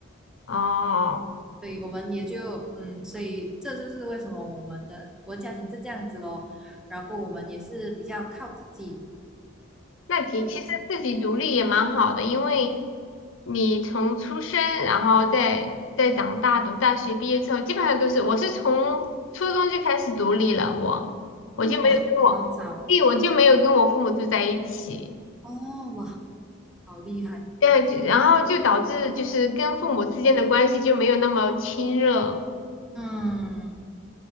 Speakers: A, on the left (about 75°); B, in the centre.
A: 哦。
B: 所以我们也就嗯，所以这就是为什么我们的我的家庭是这样子咯。然后我们也是比较靠自己。
A: 那其其实自己独立也蛮好的，
B: 对，
A: 因为你从出生，然后再再长大，读大学毕业之后，基本上都是我是从初中就开始独立了，我我就没有跟我，
B: 啊、哇，好早哦，
A: 对，我就没有跟我父母住在一起，
B: 哦哇，好厉害。
A: 对，就然后就导致就是跟父母之间的关系就没有那么亲热，
B: 嗯，